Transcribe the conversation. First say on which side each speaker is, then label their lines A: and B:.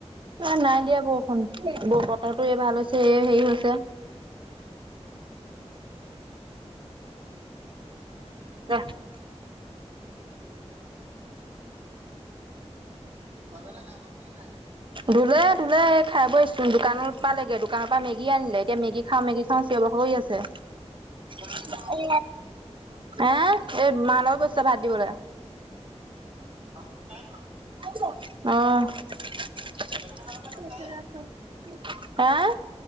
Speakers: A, on the right (about 45°); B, on the right (about 85°).
A: এ নাই দিয়া বৰষুণ, বতৰটো এই ভাল হৈছে, এই হেই হৈছে। <unintelligible> <unintelligible>
B: ছোৱালীহঁতে গা পা ধুলেন নাই?
A: ধুলে ধুলে। এ খাই ব'ই <unintelligible> দোকানৰ পালেগে, দোকানৰ পৰা মেগী আনিলে। এতিয়া মেগী খাওঁ মেগী খাওঁ চিঞঁৰ বাখৰ কৰি আ আছে
B: দোকানলে
A: <unintelligible>
B: কাৰ লগত গ'ল
A: এ, এই মা লগত গৈছিলে ভাত দিবলে'।
B: অ' সচাই ন'?
A: অ' <unintelligible>
B: দুয়োজনী যাওঁতে খোজকাঢ়ি
A: আ?